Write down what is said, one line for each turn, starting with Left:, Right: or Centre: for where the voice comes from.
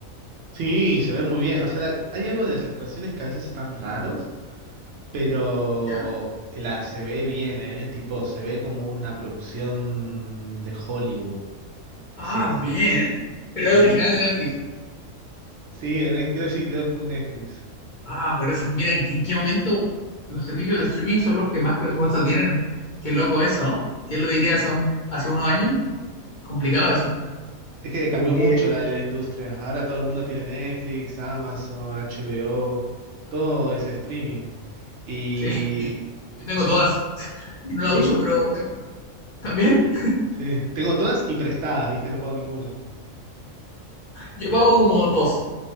Right: Sí, se ve muy bien. O sea, la- hay algo de las actuaciones que a veces están raros. Pero
Left: ¿Ya?
Right: la se ve bien, ¿eh? Tipo, se ve como una producción de Hollywood.
Left: Ah,
Right: Es ese.
Left: bien. Pero
Right: Sí,
Left: es original de Netflix.
Right: sí, en es- creo, sí, creo que full Netflix.
Left: Ah, por eso. Mira, ¿en, en qué momento los servicios de streaming son los que más presupuesto tienen? Qué loco eso, ¿no? ¿Quién lo diría
Right: Sí.
Left: hace, un- hace unos años? Complicado eso.
Right: Es que cambió
Left: Pero
Right: mucho
Left: que...
Right: la, la industria. Ahora todo el mundo tiene Netflix, Amazon, HBO, todo es streaming. Y
Left: Sí, <laughs> yo tengo
Right: vos-
Left: todas <laughs> y no la
Right: sí,
Left: uso,
Right: yo
Left: pero tengo- también
Right: sí, tengo todas y prestadas, ¿viste? No pago ninguna.
Left: yo pago como dos.